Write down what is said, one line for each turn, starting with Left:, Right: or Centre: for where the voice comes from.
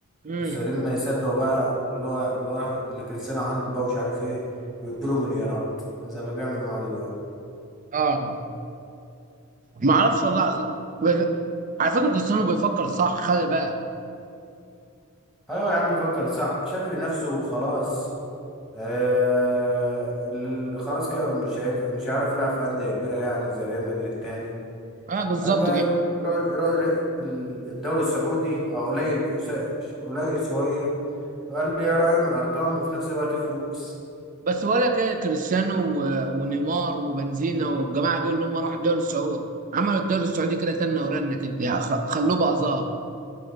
Right: امم
Centre: السعوديين ما يصدقوا بقى اللي هو اللي هو اللي كريستيانو عنده بقى ومش عارف ايه ويدوا له مليارات زي ما بيعملوا معاه دلوقتي
Right: اه ما اعرفش والله العظيم بس- على فكره كريستيانو بيفكر صح خلي بالك
Centre: ايوه يا عم بفكر صح شافل نفسه وخلاص آه ال- خلاص كده مش هينفع مش هيعرف يلعب في أندية كبيرة يعني زي ريال مدريد تاني
Right: اه بالظبط
Centre: قال بقى
Right: كده
Centre: يروح يروح يروح الر- ال- الدوري السعودي او قليل قس- قليل شوية وقال لي يروح يعمل ارقام وفي نفس الوقت فلوس
Right: بس بقول لك ايه كريستيانو و- ونيمار وبنزينا والجماعه دول اللي هم راحوا الدوري السعودي عملوا الدوري السعودي كده تنه ورنه كده يعني خ- خلوه بقى ظاهر